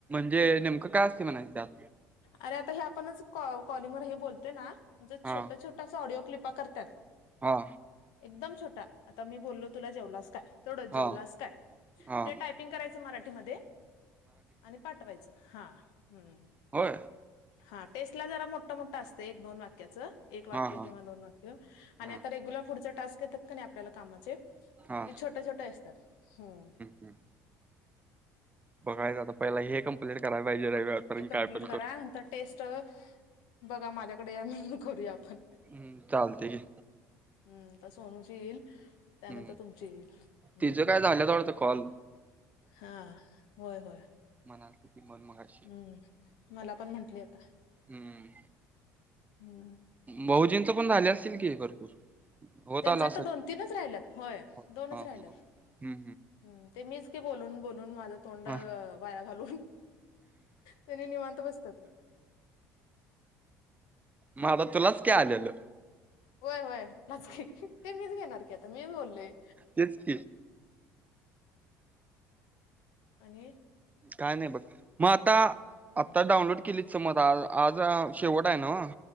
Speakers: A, on the right; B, on the left.
A: जे नेमकं काय असतय? म्हणायच त्यात.
B: अरे आता हे आपणच कॉ - कॉलिंगवर हे बोलतय ना? म्हजे छोट
A: हा
B: -छोट त अस ऑडिओ क्लिपा करत्यात.
A: हा.
B: एकदम छोटा. आता मी बोललो -तुला जेवलास काय? तेव्हडंच.
A: हा
B: जेवलास काय?
A: हा
B: ते टायपिंग करायचं मराठीमध्ये. आणि पाठवायचं. हा हम्म.
A: होय?
B: हा टेस्ट ला जरा मोठं मोठं असतंय. एक -दोन वाक्याचं. एक वाक्य
A: हा हा
B: किंवा दोन वाक्य. आणि
A: हा
B: आता रेग्युलर पुढचे टास्क येतात का नाही आपल्याला कामाचे --
A: हा
B: ते छोटे - छोटे असतात. हम्म.
A: हम्म बघायचं आता. पहिला हे कं कीलर कराय पाहिजे. रविवार पर्यंत
B: ते कम्प्लीट
A: काय पण
B: करा
A: करून.
B: नंतर टेस्ट बघा माझ्याकडे या म्हणून करूया आपण.
A: हम्म चालतय घे.
B: <inaudible> हम्म तर सोनूची येईल.
A: हम्म
B: त्यानंतर तुमची येईल. हम्म
A: तिचं काय झाल्यात वाढतं कॉल.
B: हा होय -होय.
A: म्हणालती ती पण मगाशी.
B: हम्म मला पण म्हंटली आता.
A: हम्म.
B: हम्म.
A: भाऊजींच पण झाले असतील की भरपूर. होत
B: त्यांच
A: आलं
B: आता
A: असेल
B: दोन - तीनच राहिल्यात. होय
A: हा
B: दोनच
A: हा
B: राहिल्यात.
A: हम्म
B: हम्म ते मीच की बोलून -बोलून माझं तोंड
A: हा
B: वाया घालवून. तेनी निवांत बसत्यात.
A: माझ तुलाच की आलेलं.
B: होय होय बास घे. ते मीच घेणार की आता मीच बोललोय.
A: तेच की
B: आणि?
A: काय नाही बघ. मग आता
B: हम्म,
A: -आता
B: हम्म.
A: डाउनलोड केलीत समज. आज आज शेवट आहे नव्ह